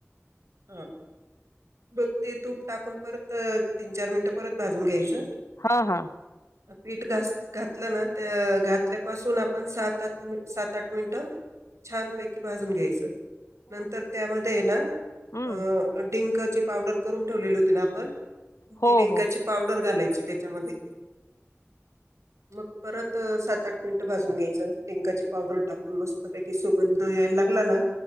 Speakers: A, on the right; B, on the left.
A: हा मगं ते तूप टाकून परत तीन चार मिनटं परत भाजून घ्यायचं.
B: हा, हा
A: पिट घास घातलं ना त्या घातल्यापासून आपण सात आठ मी सात आठ मिनटं छानपैकी भाजून घ्यायचं. नंतर त्यामध्ये ना
B: हम्
A: अ डिंकची पावडर करून ठेवलेली होती ना आपण
B: हो
A: ती डिंकाची
B: हो
A: पावडर घालायची. तेच्यामध्ये मग परत सात आठ मिनट भाजून घ्यायचं डिंकाची पावडर टाकून मस्त पैकी सुगंध यायला लागला ना